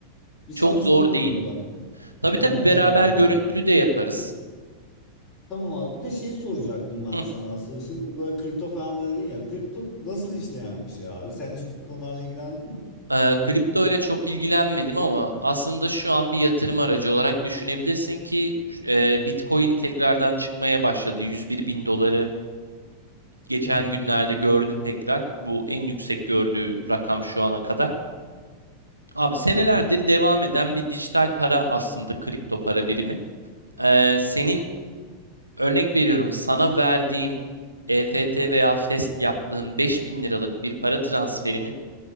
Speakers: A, on the left; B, on the right.
A: Bir sana
B: çok zor
A: sorarım
B: değil.
A: yine ben.
B: Tabii
A: Ondan
B: tabii beraber
A: sonra zaten.
B: görüntülü de yaparız.
A: Tamam abi. Bir de şey soracaktım ben
B: Hı.
A: sana asıl. Şimdi böyle kripto falan da dedin ya. Kripto nasıl işleyen bir şey abi? Sen hiç bu konularla ilgilendin mi?
B: Eee, kripto ile çok ilgilenmedim ama aslında şu an bir yatırım aracı olarak düşünebilirsin ki eee, Bitcoin tekrardan çıkmaya başladı. 101 bin doları geçen
A: Hmm.
B: günlerde gördü tekrar. Bu en yüksek gördüğü rakam şu ana kadar. Abi senelerdir devam eden bir dijital para aslında kripto para birimi. Eee, senin örnek veriyorum sana verdiğim EFT veya FEST yaptığın 5000 liralık bir para transferinin